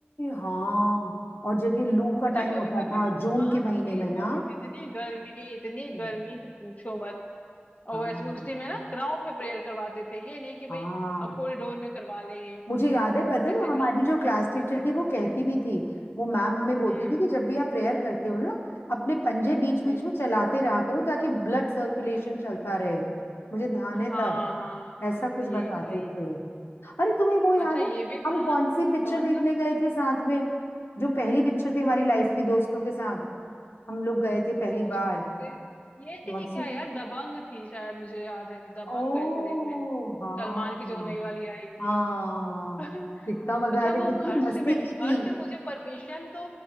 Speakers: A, on the left (about 80°); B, on the left (about 40°).
A: हाँ और जब ये लू का
B: अच्छा
A: टाइम
B: कभी
A: होता
B: कभी
A: था जून
B: हाँ
A: के महीने
B: भाई
A: में ना
B: बहुत इतनी गर्मी इतनी
A: हम्म।
B: गर्मी कि पूछो मत और
A: हाँ
B: वैसे उसी में ना ग्राउंड में प्रेयर करवाते थे ये नहीं कि
A: हाँ
B: भाई अब कॉरिडोर में करवा ले ये
A: मुझे याद है पता है
B: ऐसे
A: हमारी
B: ग्राउंड में
A: जो क्लास
B: करवाते
A: टीचर
B: थे
A: थी वो कहती भी थी वो मैम हमें बोलती
B: हम्म
A: थी कि जब भी आप प्रेयर करते हो ना अपने पंजे बीच
B: हम्म
A: बीच में चलाते रहा करो ताकि ब्लड सर्कुलेशन चलता रहे मुझे ध्यान
B: हाँ
A: है तब
B: हाँ
A: ऐसा
B: हाँ
A: कुछ
B: ये
A: बताते
B: सही
A: थे अरे तुम्हें वो याद
B: अच्छा ये
A: है
B: भी
A: हम
B: था
A: कौन
B: ना
A: सी पिक्चर
B: कौन
A: देखने
B: सा
A: गए थे साथ में जो पहली पिक्चर थी हमारी लाइफ की दोस्तों के साथ हम लोग गए थे पहली
B: दोस्तों
A: बार
B: के ये
A: कौन
B: थी क्या
A: सी
B: यार दबंग थी शायद मुझे याद है दबंग
A: ओ
B: गए थे देखने
A: हाँ
B: सलमान की
A: हाँ
B: जो नई वाली आई थी
A: हाँ
B: <laughs>
A: कितना मजा
B: अच्छा
A: आया था
B: वो
A: कितनी
B: घर से
A: मस्ती
B: मैं घर
A: की थी
B: से मुझे परमिशन तो